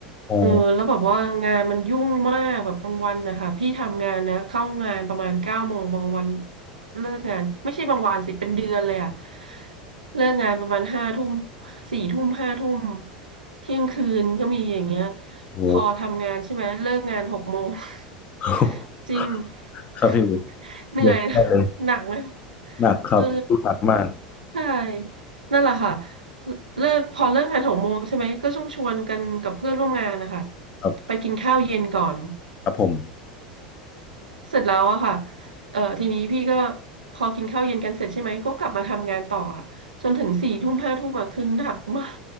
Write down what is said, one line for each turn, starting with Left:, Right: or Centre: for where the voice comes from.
Left: โอ้
Right: เออแล้วแบบว่างานมันยุ่งมากแบบบางวันนะคะพี่ทำงานนะเข้างานประมาณเก้าโมงบางวันเลิกงานไม่ใช่บางวันสิเป็นเดือนเลยอะเลิกงานประมาณห้าทุ่มสี่ทุ่มห้าทุ่มเที่ยงคืนก็มีอย่างเงี้ย
Left: โห
Right: พอทำงานใช่ไหมเลิกงานหกโมง <laughs>
Left: <laughs>
Right: จริง <laughs>
Left: ครับพี่เดื
Right: เหนื่อยนะหนักไหม
Left: อดได้เลยหนักครับหนักมาก
Right: เออใช่นั่นแหละค่ะ เลิกพอเลิกงานหกโมงใช่ไหมก็ต้องชวนกันกับเพื่อนร่วมงานนะคะ
Left: ครับ
Right: ไปกินข้าวเย็นก่อน
Left: ครับผม
Right: เสร็จแล้วอะค่ะเออทีนี้พี่ก็พอกินข้าวเย็นกันเสร็จใช่ไหมก็กลับมาทำงานต่ออะจนถึงสี่ทุ่มห้าทุ่มอะคือหนักมาก